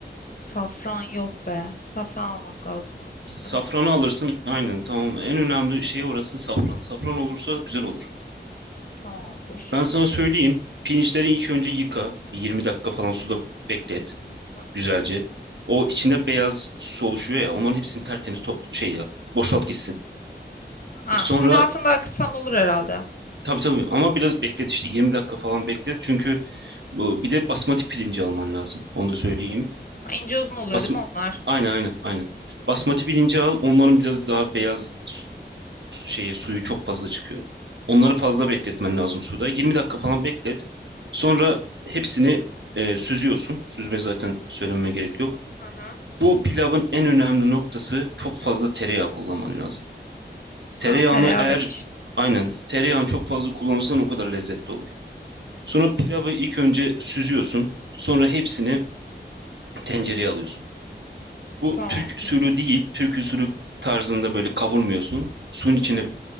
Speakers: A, on the left; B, on the right.
A: Safran yok be. Safran almak lazım onun için değil
B: Safranı
A: mi?
B: alırsın. Aynen, tamam. En önemli şey orası safran. Safran olursa güzel olur.
A: Tamamdır.
B: Ben sana söyleyeyim. Pirinçleri
A: Hı hı.
B: ilk önce yıka. Bir 20 dakika falan suda beklet.
A: hı hı.
B: Güzelce. O içinde beyaz su oluşuyor ya. Onların hepsini tertemiz top şey yap. Boşalt gitsin.
A: Ha,
B: Sonra
A: suyun altında akıtsam olur herhalde. Ha,
B: Tabii tabii ama biraz beklet işte 20 dakika falan beklet. Çünkü bu bir de basmati pirinci alman lazım. Onu da söyleyeyim.
A: ince uzun oluyor
B: Basm
A: değil mi onlar?
B: aynen aynen aynen. Basmati pirinci al. Onların biraz daha beyaz su- şeyi suyu çok fazla çıkıyor. Onları fazla bekletmen lazım suda. 20 dakika falan beklet. Sonra hepsini e, süzüyorsun. Süzme zaten söylememe gerek yok.
A: Hı hı.
B: Bu pilavın en önemli noktası çok fazla tereyağı kullanman lazım. Tereyağını
A: Tamam tereyağı
B: eğer
A: benim işim.
B: aynen tereyağını çok fazla kullanırsan o kadar lezzetli olur. Sonra pilavı ilk önce süzüyorsun. Sonra hepsini tencereye alıyorsun. Bu
A: Tamamdır.
B: Türk usulü değil. Türk usulü tarzında böyle kavurmuyorsun. Suyun içine